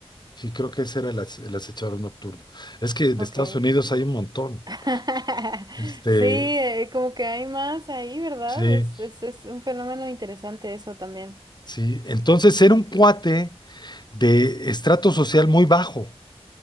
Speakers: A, on the left; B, on the right.
A: Sí, creo que ese era el, ace- el acechador nocturno. Es que en
B: ok.
A: Estados Unidos hay un montón.
B: <laughs>
A: Este,
B: Sí, eh, como que hay más ahí, ¿verdad?
A: sí,
B: Es, es, es un fenómeno interesante eso también.
A: sí. Entonces era un cuate de estrato social muy bajo.